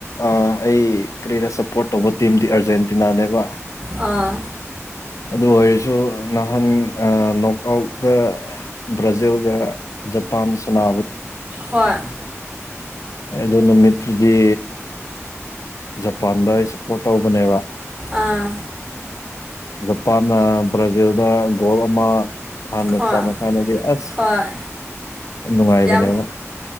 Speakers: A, on the left; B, on the right.
A: ꯑ ꯑꯩ ꯀꯔꯤꯔ ꯁꯞꯄꯣꯔꯠ ꯇꯧꯕ ꯇꯤꯝꯗꯤ ꯑꯥꯔꯖꯦꯟꯇꯤꯅꯥꯅꯦꯕ
B: ꯑ
A: ꯑꯗꯨ ꯑꯣꯏꯔꯁꯨ ꯅꯍꯥꯟ ꯅꯣꯛꯑꯥꯎꯠꯇ ꯕ꯭ꯔꯥꯖꯤꯜꯒ ꯄꯥꯟ ꯁꯅꯥ
B: ꯍꯣꯏ
A: ꯑꯗꯨ ꯅꯨꯃꯤꯠꯇꯨꯗꯤ ꯖꯄꯥꯟꯗ ꯑꯩꯁꯦ ꯁꯄꯣꯔꯠ ꯇꯧꯕꯅꯦꯕ
B: ꯑꯥ
A: ꯖꯄꯥꯥꯟ ꯅ ꯕꯥꯔꯖꯤꯜ ꯗ ꯒꯣꯜ ꯑꯃꯥ ꯍꯅ
B: ꯍꯣꯏ
A: ꯆꯜꯂ ꯀꯥꯟꯅꯗꯤ ꯑꯁ
B: ꯍꯣꯏ
A: ꯅꯨꯡꯉꯥꯏꯕꯅꯦꯕ
B: ꯌꯥꯝ